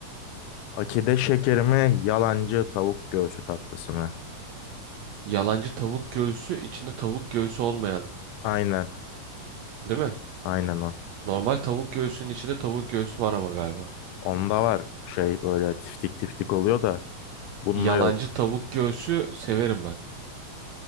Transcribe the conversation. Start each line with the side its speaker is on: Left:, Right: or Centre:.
Left: Akide şekeri mi? Yalancı tavuk göğsü tatlısı mı?
Right: Yalancı tavuk göğsü içinde tavuk göğsü olmayan,
Left: Aynen.
Right: değil mi?
Left: Aynen o.
Right: Normal tavuk göğsünün içinde tavuk göğsü var ama galiba.
Left: Onda var şey böyle tiftik tiftik oluyor da bunda
Right: Yalancı
Left: yok.
Right: tavuk göğsü severim ben.